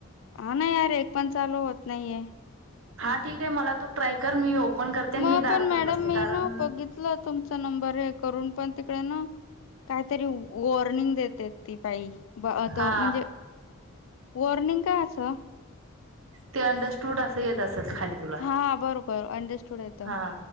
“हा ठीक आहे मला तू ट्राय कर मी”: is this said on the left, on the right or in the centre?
Right